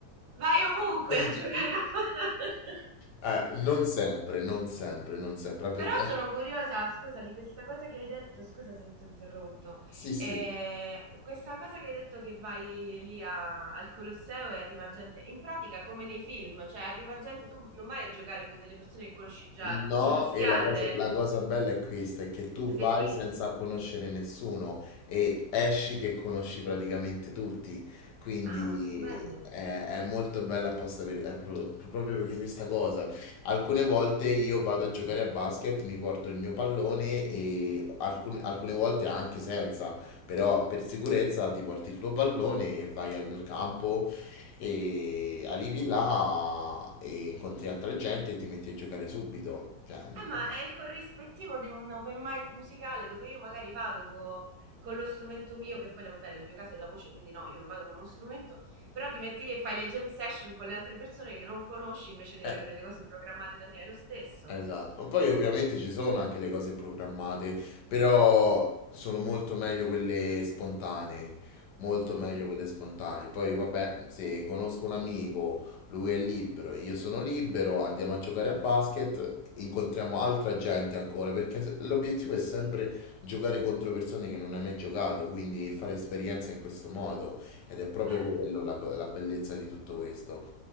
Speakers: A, on the right; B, on the left.
A: vai ovunque
B: <laughs>
A: a giocare. a <laughs> palla.
B: Eh, non sempre, non sempre, non sempre, anche
A: Però
B: perché
A: sono
B: anche-
A: curiosa, scusa, di questa cosa che hai detto, scusa se ti ho interrotto,
B: sì, sì,
A: Eh, questa cosa che hai detto che vai lì a- al Colosseo e arriva gente, in pratica come nei film, cioè arriva gente, tu non vai a giocare con delle persone che conosci già,
B: no,
A: vi mischiate,
B: e la cosa, la cosa bella è questa, è che tu
A: è
B: vai
A: bellissimo,
B: senza conoscere nessuno e esci che conosci praticamente tutti, quindi
A: ah, ma stupendo.
B: è, è molto bella apposta per, eh, pro- proprio perché questa cosa. Alcune volte io vado a giocare a basket, mi porto il mio pallone e alcun- alcune volte anche senza, però per sicurezza ti porti il tuo pallone e vai al campo E arrivi là e incontri altra gente e ti metti a giocare subito. Cioè, mm,
A: Eh, ma è il corrispettivo di un open mic musicale dove io magari vado co- con lo strumento mio, che poi vabbè, nel mio caso è la voce, quindi no, io non vado con uno strumento, però ti metti lì e fai le jam session con le altre persone che non conosci invece di
B: eh.
A: avere delle cose programmate da prima, è lo stesso.
B: Esatto. Poi ovviamente ci sono anche le cose programmate, però sono molto meglio quelle spontanee, molto
A: Ma
B: meglio
A: certo,
B: quelle spontanee. Poi vabbè, se conosco un amico, lui è libero, e io sono libero, andiamo a giocare a basket, incontriamo altra gente ancora, perché se- l'obiettivo è sempre giocare contro persone che non hai mai giocato, quindi fare esperienza in questo modo ed è proprio
A: certo.
B: quello la, co- la bellezza di tutto questo.